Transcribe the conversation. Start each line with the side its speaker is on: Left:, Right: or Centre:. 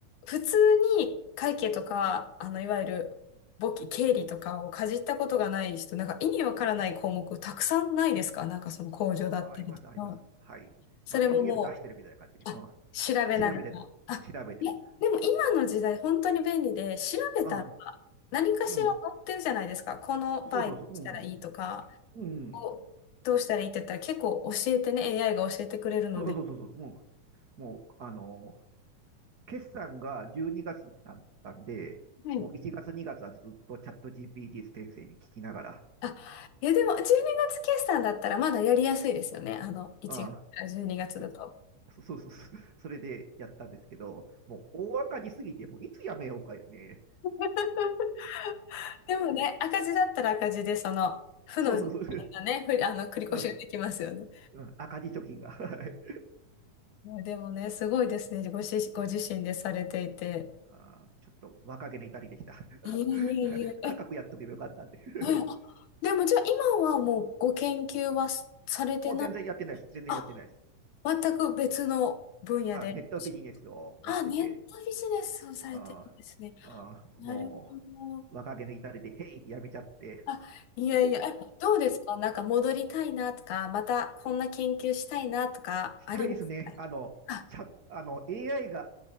Left: 普通に会計とか、
Right: うん。
Left: あの、いわゆる、簿記、経理とかをかじったことがない人、
Right: うん、
Left: なんか意味わからない項目たくさんないですかなんかその控除だったりとか。
Right: あ、あります、あります。はい。
Left: それもも
Right: まあ、とりあえず出してるみたいな感じで、
Left: うあ調べながら。
Right: うん、調べて、
Left: あ、
Right: 調べても。
Left: え、でも今の時代本当に便利で、調べたら
Right: あ、
Left: 何かしら載ってるじゃないですか。
Right: うん、
Left: この場合どうしたらいいとか、
Right: そうそうそう、うん、うん、
Left: こうどうしたらいいって言ったら結構教えてね、AI が教えてくれるので。
Right: そうそうそうそう、うん、もう、あのー、決算が12月だったんで、
Left: はい
Right: もう1月、2月はずっとチャット GPT 先生に聞きながら、
Left: あ、いやでも12月決算だったらまだやりやすいですよね。あの、1月から12月だと。
Right: あ、そ、そうそうそう、それでやったんですけど、もう大赤字すぎて、もういつやめようかね。
Left: <laughs> でもね、赤字だったら赤字で、その、負の税金がね、
Right: そうそうそう。
Left: ふりあの、繰り越しができますよね。
Right: うんうん赤字貯金が。<laughs> はい
Left: でもね、すごいですね。ごし、ご自身でされていて。
Right: あーちょっと若気の至りでした。<laughs>
Left: いえいえいえ。
Right: あの、<laughs> 価格やっとけばよかったっていう。
Left: え、うんあでもじゃあ今はもうご研究はすされてない。
Right: <laughs> もう全然やってないです。全然やってないです。
Left: あ、全く別の分野で。
Right: あ、ネットビジネスをやってて、
Left: あ、ネットビジネスをされてるんですね。
Right: あーあー、
Left: なるほど。
Right: もう若気の至りで、へいってやめちゃって、
Left: あ、いやいや、えどうですかなんか戻りたいなとか、またこんな研究したいなとかありますか
Right: したいですね。あの、
Left: あ、
Right: チャ、あの、AI が、